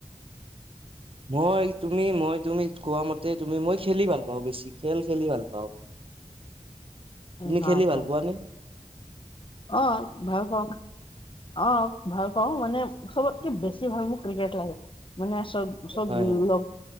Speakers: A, on the right; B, on the left.
A: মই তুমি, মই তুমি কোৱা মতে তুমি মই খেলি ভাল পাওঁ বেছি, খেল খেলি ভাল পাওঁ। তুমি
B: হয়
A: খেলি ভাল
B: হয়
A: পোৱানে?
B: অ', ভালপাওঁ। অ', ভাল পাওঁ, মানে চবতকে বেছি ভাল মোৰ ক্ৰিকেট লাগে। মানে চব, চব
A: হয় হয়
B: লগ